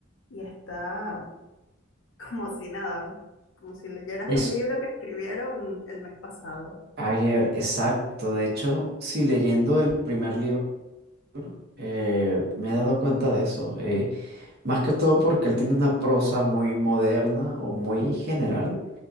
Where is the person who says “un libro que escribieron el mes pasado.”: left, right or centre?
Left